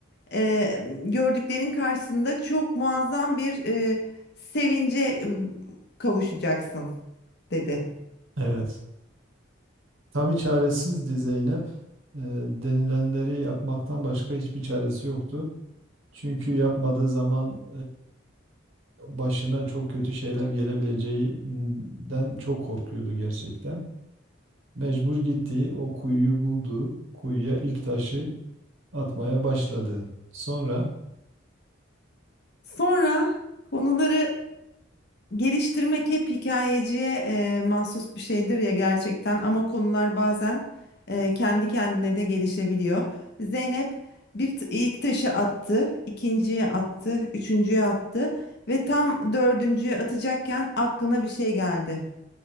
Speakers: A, on the left; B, on the right.
A: e, gördüklerin karşısında çok muazzam bir e, sevince e, kavuşacaksın dedi.
B: evet Tabii çaresizdi Zeynep. Ee, denilenleri yapmaktan başka hiçbir çaresi yoktu. Çünkü yapmadığı zaman e, başına çok kötü şeyler gelebileceğinden çok korkuyordu gerçekten. Mecbur gitti, o kuyuyu buldu. Kuyuya ilk taşı atmaya başladı. Sonra
A: Sonra konuları geliştirmek hep hikayeciye e, mahsus bir şeydir ya gerçekten ama konular bazen e, kendi kendine de gelişebiliyor. Zeynep bir t- ilk taşı attı, ikinciye attı, üçüncüye attı ve tam dördüncüye atacakken aklına bir şey geldi.